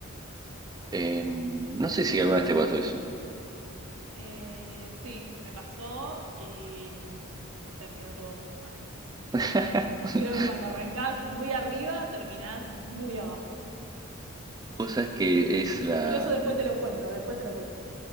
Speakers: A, on the right; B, on the right.
A: Eh, no sé si alguna vez te pasó eso.
B: Eh, sí, me pasó y mm, terminó todo muy mal.
A: <laughs>
B: <laughs> Creo que cuando arrancás muy arriba, terminás muy abajo.
A: Vos sabés que es la
B: Pero eso después te lo cuento, después te lo cuento.